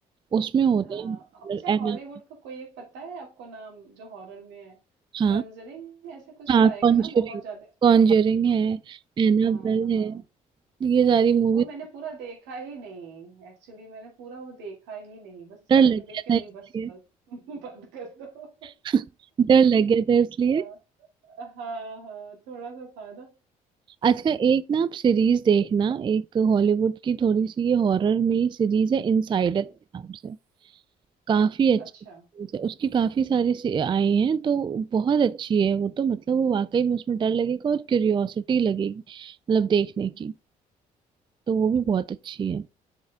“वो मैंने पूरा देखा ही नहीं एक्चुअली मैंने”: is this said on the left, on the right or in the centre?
Right